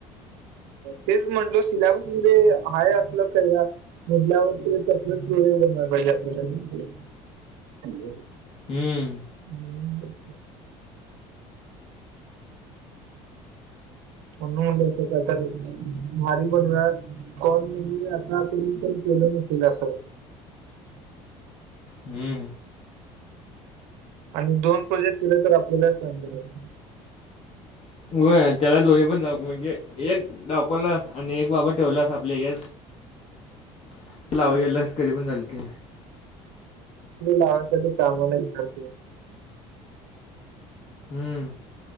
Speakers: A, on the right; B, on the left.
A: तेच म्हटल सिलेबस मध्ये हाय असल काय का मुल्यावरती तकले वळी बनयला पाहिजे आपल्याला
B: हम्म
A: हम्म अन त्या भारी पण कण म्हणजे आतापर्यंत पण केलं नसेल असं
B: हम्म
A: आणि दोन प्रोजेक्ट केले तर आपल्याला चांगलं
B: व त्याला दोन्ही पण दाक म्हणजे एक दाखवलास आणि एक बाबा ठेवलास आपल्या घ लावा गेलास करी पण झाल ते
A: लावासाठी कामाला येणार तू
B: हम्म